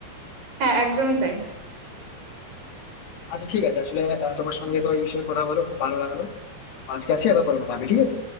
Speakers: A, on the right (about 55°); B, on the left (about 70°).
A: হ্যাঁ একদমই তাই
B: আচ্ছা ঠিক আছে আসলে আহ, তোমার সঙ্গে তো এই বিষয়ে কথা বলে খুব ভালো লাগলো আজকে আসি আবার পরে কথা হবে ঠিক আছে